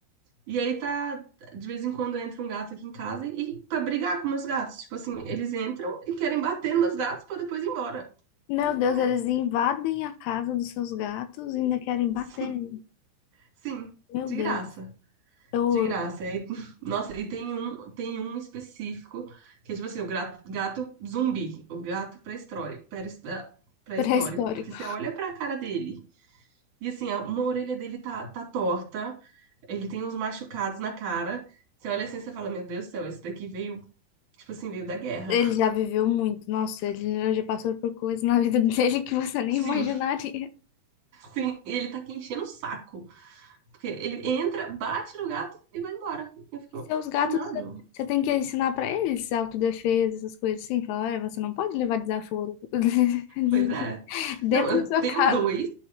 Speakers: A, on the right (about 50°); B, on the left (about 80°).
A: E aí tá, de vez em quando entra um gato aqui em casa e pra brigar com meus gatos. Tipo assim, eles entram e querem bater nos meus gatos pra depois ir embora.
B: Meu
A: Aí eu fico,
B: Deus,
A: ué,
B: eles invadem a casa dos seus gatos e ainda querem bater
A: sim,
B: nele.
A: sim,
B: Meu
A: de
B: Deus.
A: graça.
B: Eu,
A: De graça. Aí, <laughs> nossa, e tem um, tem um específico que é tipo assim, o gato, gato zumbi, o gato pré-histórico, pré-his- ah, pré-histórico,
B: pré-histórico.
A: porque você olha pra cara dele e assim, a- uma orelha dele tá, tá torta, ele tem uns machucados na cara. Você olha assim e você fala, meu Deus do céu, esse daqui veio, tipo assim, veio da guerra.
B: Ele já viveu muito. Nossa, ele já passou por coisas na vida <laughs> dele que você nem
A: <laughs> Sim,
B: imaginaria.
A: sim. E ele tá aqui enchendo o saco. Porque ele entra, bate no gato e vai embora. Eu fico,
B: E seus gatos,
A: amado.
B: você tem que ensinar pra eles autodefesa, essas coisas assim. Falar, olha, você não pode levar desaforo <laughs>
A: Pois é.
B: dentro
A: Não, eu
B: da sua
A: tenho
B: casa.
A: dois.